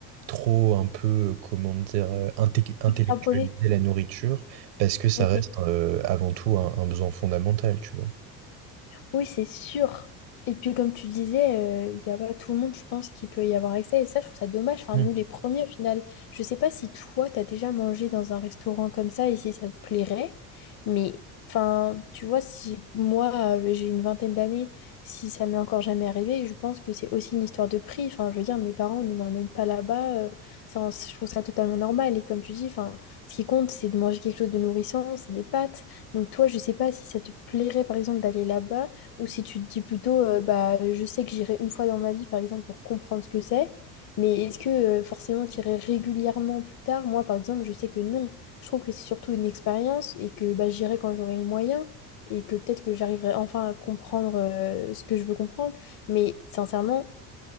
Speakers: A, on the right; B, on the left.
A: trop un peu, euh, comment dire, euh, inté- intellectualiser
B: Extrapolé?
A: la nourriture, parce que ça
B: Ok.
A: reste euh, avant tout un, un besoin fondamental, tu vois.
B: Oui, c'est sûr. Et puis, comme tu disais, euh, il y a pas tout le monde, je pense, qui peut y avoir accès. Et ça, je trouve ça dommage. Enfin,
A: Mm.
B: nous, les premiers, au final, je sais pas si toi, tu as déjà mangé dans un restaurant comme ça et si ça te plairait. Mais, enfin, tu vois, si moi, euh, j'ai une vingtaine d'années, si ça m'est encore jamais arrivé, je pense que c'est aussi une histoire de prix. Enfin, je veux dire, mes parents ne m'emmènent pas là-bas. euh, ça, on- je trouve ça totalement normal. Et comme tu dis, enfin, ce qui compte, c'est de manger quelque chose de nourrissant, c'est des pâtes. Donc, toi, je sais pas si ça te plairait, par exemple, d'aller là-bas. Ou si tu te dis plutôt, euh, bah, je sais que j'irai une fois dans ma vie, par exemple, pour comprendre ce que c'est, mais est-ce que euh, forcément tu irais régulièrement plus tard? Moi, par exemple, je sais que non. Je trouve que c'est surtout une expérience et que bah, j'irai quand j'aurai les moyens et que peut-être que j'arriverai enfin à comprendre euh, ce que je veux comprendre. Mais sincèrement,